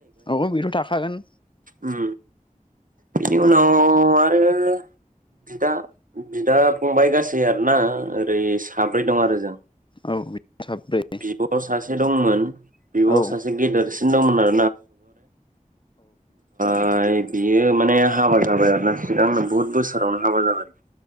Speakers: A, on the left; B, on the right.
A: औ बिथ' थाखागोन।
B: उम बिनि उनाव आरो बिदा बिदा फंबाय गासै आरोना ओरै साब साब्रै दं आरो जों
A: औ साब्रै
B: बिब' सासे दंमोन बिब'आ
A: औ
B: सासे गेदेरसि <unintelligible> ओमफा ओमफ्राय बियो माने हाबा जाबाय आरोना सिगांनो बुहुद बोसोरावनो हाबा जाबाय।